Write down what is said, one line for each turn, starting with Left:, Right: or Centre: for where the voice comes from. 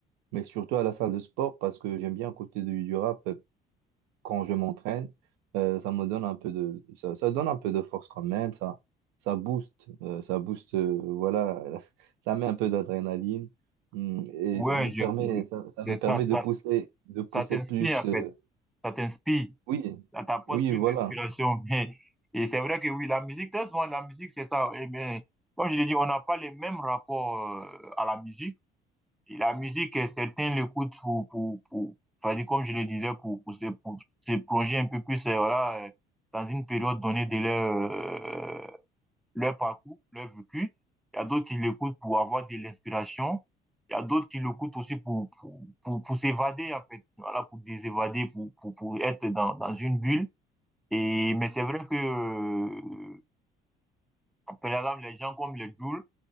Right: mais surtout à la salle de sport parce que j'aime bien côté du, du rap euh, quand je m'entraîne euh, ça me donne un peu de ça, ça donne un peu de force quand même ça ça booste euh, ça booste euh, voilà <laughs> ça met un peu d'adrénaline hum, et
Centre: ouais,
Right: ça me
Centre: je,
Right: permet
Centre: je-
Right: ça, ça
Centre: c'est
Right: me
Centre: ça,
Right: permet
Centre: ça,
Right: de pousser de pousser
Centre: ça t'inspire,
Right: plus
Centre: en
Right: euh,
Centre: fait. ça t'inspire,
Right: oui
Centre: ça t'apporte
Right: oui
Centre: plus
Right: voilà
Centre: d'inspiration. <laughs> Et c'est vrai que oui, la musique, très souvent, la musique, c'est ça. Et bien, comme je l'ai dit, on n'a pas les mêmes rapports euh, à la musique. Et la musique, euh, certains l'écoutent pour, pour, pour, enfin, comme je le disais, pour, pour, se, pour se plonger un peu plus, euh, voilà, euh, dans une période donnée de leur, euh, leur parcours, leur vécu. Il y a d'autres qui l'écoutent pour avoir de l'inspiration. Il y a d'autres qui l'écoutent aussi pour, pour, pour, pour s'évader, en fait. Voilà, pour désévader, pour, pour, pour être dans, dans une bulle. Et, mais c'est vrai que, euh, par exemple, les gens comme les Jules